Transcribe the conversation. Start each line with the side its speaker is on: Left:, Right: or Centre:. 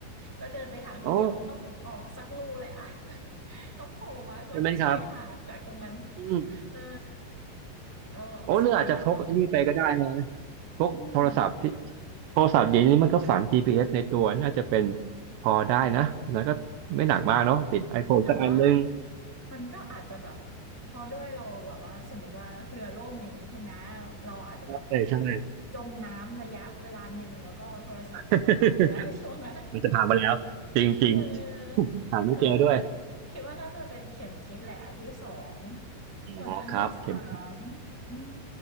Centre: ก็เดินไปทางทิศเดียวมันต้องออกสักลูแหละอะ
Right: โอ้
Centre: <laughs> ต้องโผล่มาสักชายหาดจากตรงนั้น
Right: ใช่ไหมครับอืม
Centre: เออก็สองอย่างเอา
Right: โอ้เรืออาจจะพกไอ้นี่ไปก็ได้นะพกโทรศัพท์พี่
Centre: อืม
Right: โทรศัพท์เดี๋ยวนี้มันก็ฝัง GPS ในตัวน่าจะเป็นพอได้นะแล้วก็ไม่หนักมากเนาะติด
Centre: ใช่
Right: iPhone
Centre: แต่ว่า
Right: สักอันนึง
Centre: มันก็อาจจะแบบพอด้วยเราแบบว่าสมมติว่าเรือล่มอย่างเงี้ยใช่ไหมเราอาจจะแบบ
Right: ใช่ใช่
Centre: จมน้ำระยะเวลาหนึ่งแล้วก็โทรศัพท์อาจจะพังไปแล้ว
Right: <laughs>
Centre: <laughs> ในช่วงนั้น
Right: มันจะผ่านไปแล้วจริงๆ <laughs> ริง
Centre: เออ
Right: หาไม่เจอด้วย
Centre: ก็คิดว่าน่าจะเป็นเข็มทิศแหละอันที่สองส่วนอันที่สาม
Right: อ๋อครับเข็มทิศ
Centre: อืม